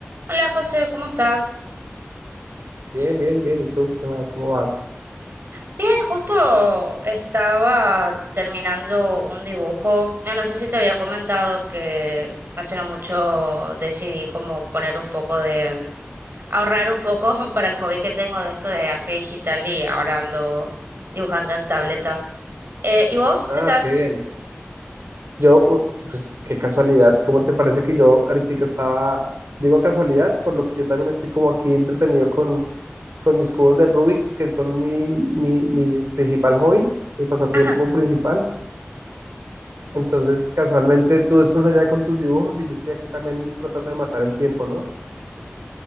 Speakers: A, on the right (about 60°); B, on the right (about 85°).
A: Hola José, ¿cómo estás?
B: Bien, bien, bien. ¿Y tú qué más? ¿Cómo vas?
A: Bien, justo estaba terminando un dibujo. Ah, No sé si te había comentado que hace no mucho decidí como poner un poco de, ahorrar un poco <laughs> para el hobby que tengo de esto de arte digital y ahora ando dibujando en tableta. Eh, ¿y vos?
B: Ah,
A: ¿Qué tal?
B: qué bien. Yo, u- pues qué casualidad. ¿Cómo te parece que yo ahorita estaba, digo casualidad, por lo que yo también estoy como aquí entretenido con, con mis cubos de Rubik, que son mi, mi, mi principal hobby, mi pasatiempo
A: Ajá,
B: principal. Entonces, casualmente tú estás allá con tus dibujos y yo estoy aquí también tratando de matar el tiempo, ¿no?